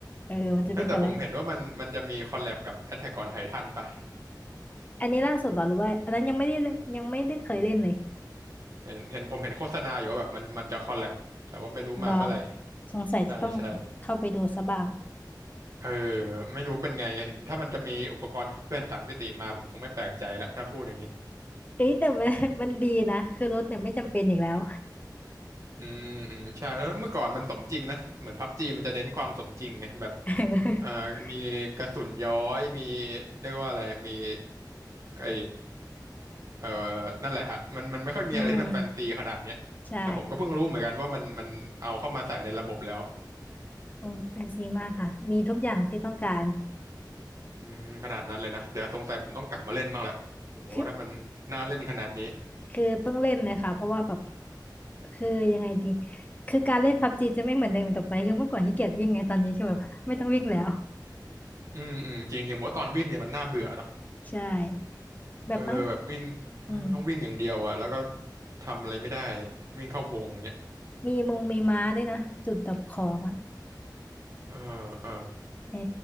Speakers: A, on the left; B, on the right.
A: เออมันจะเป็นแต่ละ
B: นะแต่ผมเห็นว่ามันมันจะมีคอลแลบกับ Attack on Titan ปะ
A: อันนี้ล่าสุดเหรอหรือว่าอันนั้นยังไม่ได้เล่นยังไม่ได้เคยเล่นเลย
B: เห็นเห็นผมเห็นโฆษณาอยู่ว่าแบบมันมันจะคอลแลบแต่ว่าไม่รู้มาเมื่อไหร่
A: เหรอสงสัยจะต้องเข้าไปดูซะบ้าง
B: ใช่ใช่เออไม่รู้เป็นไงเห็นถ้ามันจะมีอุปกรณ์ขับเคลื่อนสามมิติมาผมคงไม่แปลกใจละถ้าพูดอย่างนี้
A: เอ้ยแต่มัน <laughs> มันดีนะคือรถเนี่ยไม่จำเป็นอีกแล้ว
B: อืมอืมใช่แล้วเมื่อก่อนมันสมจริงนะเหมือนพับจีมันจะเน้นความสมจริงไงแบบ
A: <laughs>
B: เอ่อมีกระสุนย้อยมีเรียกว่าอะไรมีไอ เออนั่นแหละฮะมันมันไม่ค่อยมีอะไรที่มันแฟนซีขนาดเนี้ยแต่ผมก็เพิ่งรู้เหมือนกันว่ามันมันเอาเข้ามาใส่ในระบบแล้ว
A: อืมใช่ โอ้แฟนซีมากค่ะมีทุกอย่างที่ต้องการ
B: อืมขนาดนั้นเลยนะ เดี๋ยวสงสัยผมต้องกลับมาเล่นบ้างแหละโหถ้ามันน่าเล่นขนาดนี้
A: คือคือต้องเล่นเลยค่ะเพราะว่าแบบคือยังไงดีคือการเล่นพับจีจะไม่เหมือนเดิมอีกต่อไปคือเมื่อก่อนขี้เกียจวิ่งไงตอนนี้คือแบบไม่ต้องวิ่งแล้ว
B: อืมอืมจริงจริงผมว่าตอนวิ่งเนี่ยมันน่าเบื่อเนาะ
A: ใช่แบบบาง
B: เออแบบวิ่งเออต้องวิ่งอย่างเดียวอะแล้วก็
A: อืม
B: ทำอะไรไม่ได้วิ่งเข้าวงเนี้ย
A: มีมงมีม้าด้วยนะจุดดับของอ่ะ
B: เออเออ
A: เออ